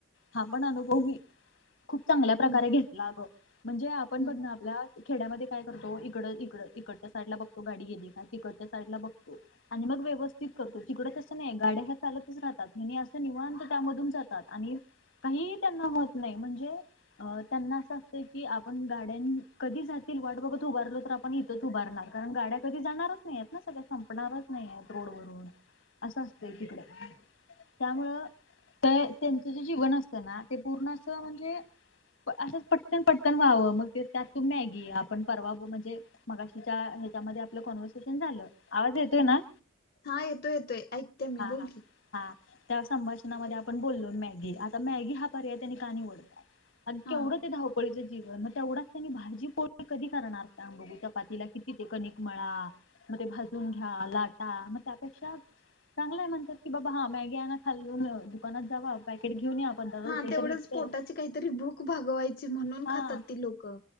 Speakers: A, on the left; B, on the left.
A: हा पण अनुभव मी खूप चांगल्या प्रकारे
B: हम्म
A: घेतला आगं म्हणजे आपण
B: हम्म
A: बघण आपल्या खेड्यामध्ये काय करतो इकड, इकड इकडच्या साईडला बघतो गाडी गेली का तिकडच्या साईडला बघतो. आणि मग व्यवस्थित करतो तिकडं तसं नाही गाड्या ह्या चालत. <unintelligible> राहतात हे असं निवांत त्यामधून जातात आणि काहीही त्यांना होत नाही म्हणजे अ त्यांना असं असतंय की आपण गाड्यांन कधी जातील वाट बघत उभारलो तर आप पण इथंच उभारणार कारण गाड्या कधी जाणारच नाहीयत ना, सगळ्या संपणारच नाहीयत रोड वरून असं असतंय तिकडं त्यामुळं तय त्यांचं जे जीवन असतं ना, ते पूर्ण असं म्हणजे असंच पटकन, पटकन व्हावं मग ते त्यात तू मॅगी आपण परवा बो म्हणजे मगाशीच्या ह्याच्यामध्ये आपलं कॉन्व्हर्सेशन झालं. आवाज येतोय
B: हम्
A: ना
B: <unintelligible> हा येतोय येतोय ऐकते मी
A: हा
B: बोल
A: हा
B: की.
A: हा त्या संभाषणामध्ये आपण बोलो मॅगी आता मॅगी हा पर्याय त्यांनी का निवडलाय? आण
B: हा
A: केवढं ते धाव पळीचं जीवन मग तेवढाच त्यांनी भाजी पोळी कधी करणार त्या मुली <unintelligible> चपातीला किती ते कणिक मळा मग ते भाजून घ्या लाटा म त्यापेक्षा चांगलाय म्हणत्यात. कि बाबा, हा! मॅगी आणा खालून, दुकानात जावा, पॅकेट घेऊन या पंधरा
B: हा!
A: रुपयेच
B: तेवढंच
A: भेटतय
B: पोटाची काहीतरी भूक भागवायची म्हणून
A: हा
B: खातात ती लोकं